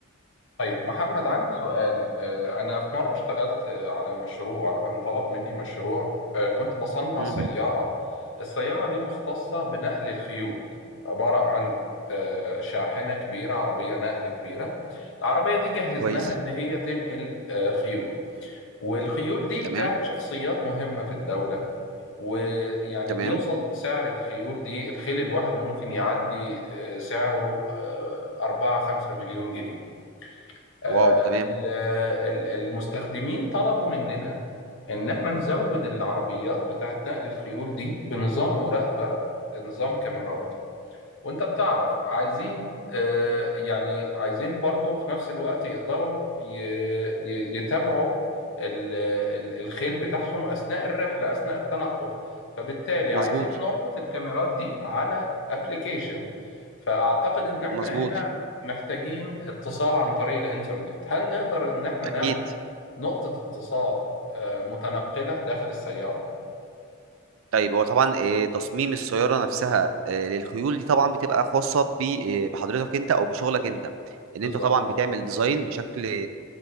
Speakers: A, on the left; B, on the right.
A: طيب محمد عندي سؤال آه، أنا في مرة اشتغلت آه، على مشروع انطلب مني مشروع آه، كنت بصنع
B: مم.
A: سيارة السيارة دي مختصة بنقل الخيول عبارة عن آه، شاحنة كبيرة عربية نقل كبيرة العربية دي جهزناها
B: كويس
A: إن هي تنقل آه، خيول والخيول دي
B: تمام
A: بتاعت شخصيات مهمة في الدولة ويعني
B: تمام
A: بيوصل سعر الخيول دي الخيل الواحد ممكن يعدي آه، سعره آه، أربعة خمسة مليون جنيه آه،
B: واو تمام
A: ال- آه، ال- المستخدمين طلبوا مننا إن احنا نزود العربيات بتاعت نقل الخيول دي بنظام مراقبة نظام كاميرات وانت بتعرف عايزين آه، يعني عايزين برضو في نفس الوقت يقدروا ي- ي- يتابعوا ال- ال- الخيل بتاعهم أثناء الرحلة أثناء التنقل فبالتالي
B: مظبوط
A: عايزين نربط الكاميرات دي على ابلكيشن فأعتقد إن احنا
B: مظبوط
A: هنا محتاجين اتصال عن طريق الإنترنت هل نقدر إن احنا
B: اكيد
A: نعمل نقطة اتصال آه، متنقلة داخل السيارة؟
B: طيب هو طبعا آه، تصميم السيارة نفسها آه، للخيول دي طبعا بتبقى خاصة ب- آه، بحضرتك انت او بشغلك انت ان
A: بالظبط
B: انت طبعا بتعمل ديزاين بشكل